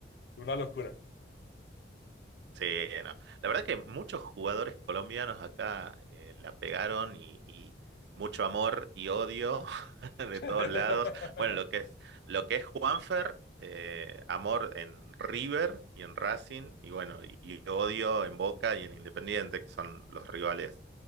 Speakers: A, on the left; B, on the right.
A: una locura.
B: Sí, no. La verdad que muchos jugadores colombianos acá eh, la pegaron y, y mucho amor y odio <laughs> de
A: <laughs>
B: todos lados. Bueno, lo que es, lo que es Juanfer, eh, amor en River y en Racing, y bueno, y, y odio en Boca y en Independiente, que son los rivales